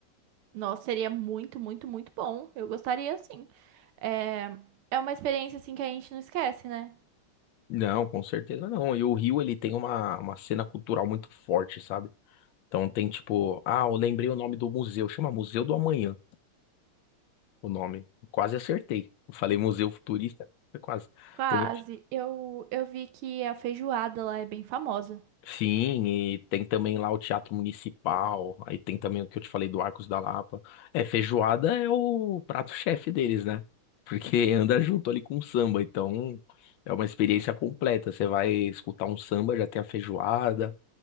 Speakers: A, on the right (about 85°); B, on the left (about 75°).
A: Nossa, seria muito, muito, muito bom. Eu gostaria, sim. É, é uma experiência, assim, que a gente não esquece, né?
B: Não, com certeza não. E o Rio, ele tem uma, uma cena cultural muito forte, sabe? Então tem tipo, ah, eu lembrei o nome do museu, chama Museu do Amanhã, o nome. Quase acertei. Eu falei Museu Futurista, foi quase.
A: Quase.
B: Tem
A: Eu, eu vi que a feijoada lá é bem famosa.
B: Sim, e tem também lá o Teatro Municipal, aí tem também o que eu te falei do Arcos da Lapa. É, feijoada é o prato-chefe deles, né? <laughs> Porque anda junto ali com o samba, então é uma experiência completa. Você vai escutar um samba, já tem a feijoada,